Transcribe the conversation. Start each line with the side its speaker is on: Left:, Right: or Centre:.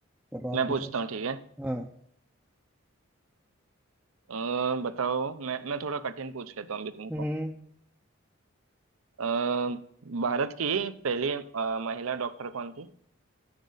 Centre: चलो आप
Right: मैं
Centre: पूछो
Right: पूछता हूँ ठीक है
Centre: हाँ
Right: अ, बताओ मैं मैं थोड़ा कठिन पूछ लेता हूँ अभी तुमको
Centre: हम्म
Right: अ, भारत की पहली अ, महिला डॉक्टर कौन थी